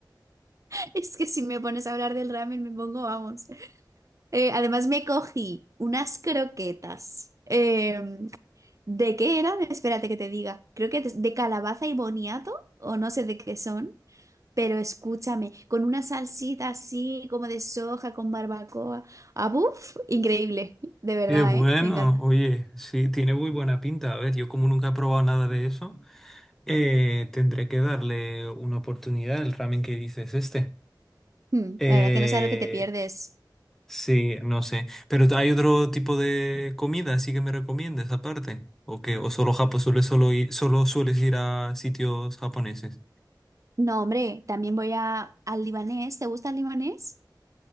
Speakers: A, on the right; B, in the centre.
A: <laughs> es que si me pones a hablar del ramen me pongo, vamos. Eh, además me cogí unas croquetas. Em, ¿de qué eran? Espérate que te diga. Creo que de de calabaza y boniato o no sé de qué son. Pero escúchame, con una salsita así como de soja con barbacoa. Ah, buf, increíble, de verdad,
B: Qué bueno,
A: ¿eh? Me encanta.
B: oye, sí, tiene muy buena pinta. A ver, yo como nunca he probado nada de eso, eh, tendré que darle una oportunidad al ramen que dices este.
A: Mm,
B: Eh,
A: la verdad que no sabes lo que te pierdes.
B: sí, no sé. Pero hay otro tipo de comida, así que me recomiendes aparte. ¿O qué? ¿O solo Japón, solo, solo, ir- solo sueles ir a sitios japoneses?
A: No, hombre, también voy a, al libanés. ¿Te gusta el libanés?